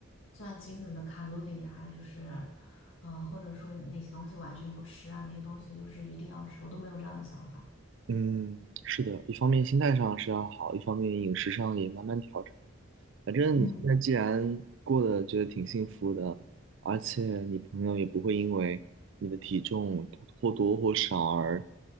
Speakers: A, on the left; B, on the right.
A: 算精准的卡路里啊，就是，呃，或者说哪些东西完全不吃啊，哪些东西就是一定要吃，我都没有这样的想法。
B: 嗯，是的，一方面心态上是要好，一方面饮食上也慢慢调整。反正你现在既然过得觉得挺幸福的，
A: 嗯
B: 而且你朋友也不会因为你的体重或多或少而